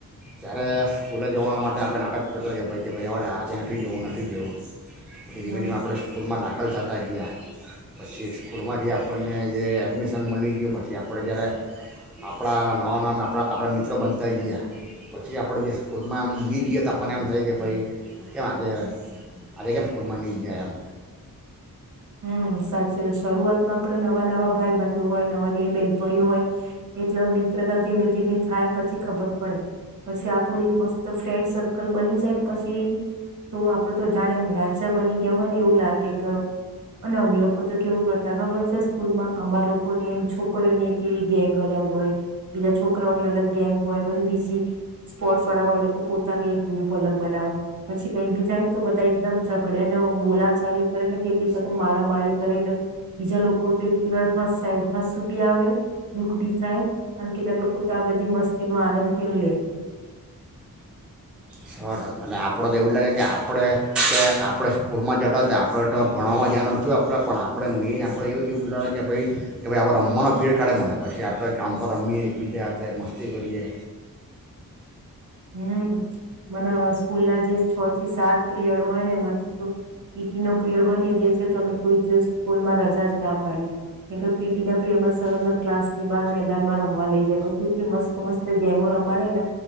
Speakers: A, in the centre; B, on the right.
A: ત્યારે સ્કૂલે જવા માટે આપણે નાટક કરતા કે ભાઈ કે ભાઈ રેવા દે આજે નથી જવું નથી જવું. ધીમે
B: હમ
A: ધીમે આપણે સ્કૂલમાં દા ખલ થાતા ગીયા. પછી સ્કૂલમાંથી આપણને જે એડમિશન મલી ગિયું પછી આપણે જ્યારે આપણા નવા નવા આપણા આપણા મિત્રો બનતા ગીયા પછી આપણે જે સ્કૂલમાં એમ ની રીઈએ તો આપણને એમ થાય કે ભાઈ કેમ આજે આજે કેમ સ્કૂલમાં નહીં ગીયા એમ.
B: હમ સાચે શરૂઆતમાં આપડે નવા નવા ભાઈબાંધુ હોય નવા નવી બેનપણીઓ હોય એટલે મિત્રતા ધીમે ધીમે થાય પછી ખબર પડે પછી આપડું એક મસ્ત ફ્રેન્ડ સર્કલ બની જાયને પછી તો આપડું તો જાણે એમ રાજ્ય બની ગયું હોય ને એવું લાગે ક અને અમે લોકો તો કેવું કરતા ખબર છે સ્કૂલમાં અમાર લોકોની એમ છોકરીઓની એક એવી ગેંગ અલગ હોય, બીજા છોકરાઓની અલગ ગેંગ હોય, પછી બીજી સ્પોર્ટસ વાળા હોય એ લોકો પોતાનું એક ગ્રુપ અલગ બનાવ પછી કઈ બી જાય ને તો બધા એકદમ ઝઘડે ને બોલાચાલી કરે ને કેટલીક તો મારામારી કરે એટલે બીજા લોકો તો એટલી વાર હસેવ હસુ બી આવે દુઃખ બી થાય અને કેટલાક લોકો તો આ બધી મસ્તી નો આનંદ પણ લે.
A: સો ટકા એટલે આપણ તો એવું જ લાગે કે આપણે કે આપણે સ્કૂલમાં જતા હતા આપણે તો ભણવામાં ધ્યાન ઓછું આપતા પણ આપણે મેઇન આપણે એવું એવું જોતા હતા કે ભઈ કે ભાઈ રમવાનો પીયડ કાઢે મલે પછી આપણે ગામ પર રમીએ એકબીજા હાથે મસ્તી કરીએ.
B: હમ. મન સ્કૂલ ના જે છ થી સાત પ્રિયડ હોય ને એમાંથી તો પી ટી નો પ્રિયડ હોય ને એ દિવસે તો અમે કોઈ દિવસ સ્કૂલમાં રજા જ ના પાડીએ. કેમકે પી ટી ના પ્રિરડમાં સર અમને ક્લાસ ની બાર મેદાનમાં રમવા લઇ જાય પછી કેટલી મસ્ત-મસ્ત ગેમો રમાડે ને.